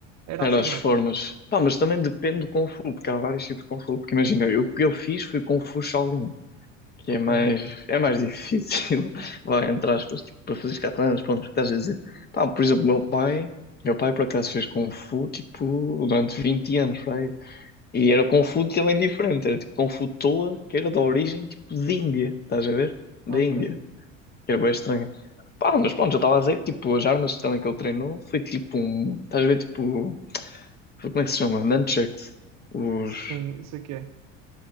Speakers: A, on the right (about 45°); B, on the left (about 25°).
A: Era
B: Era
A: assim,
B: as
A: não
B: formas.
A: era?
B: Pá, mas também depende do Kung Fu, porque há vários tipos de Kung Fu. Porque imagina, eu- o que eu fiz foi Kung Fu Shaolin. que
A: Ok.
B: é mais, é mais difícil, <laughs> vai, entre aspas, tipo, para fazer catalanas, pronto, o que estás a dizer. Pá, por exemplo, meu pai, meu pai por acaso fez Kung Fu, tipo, durante 20 anos, vai.
A: Sim.
B: E era Kung Fu também diferente, era tipo Kung Fu Toa, que era da origem, tipo, de Índia, estás a ver? Da
A: Ok.
B: Índia, que era bem estranho. Pá, mas pronto, já estava a dizer que, tipo, as armas também que ele treinou foi tipo um, estás a ver, tipo, como é que se chama? Nunchucks, os...
A: Sim, isso aqui é.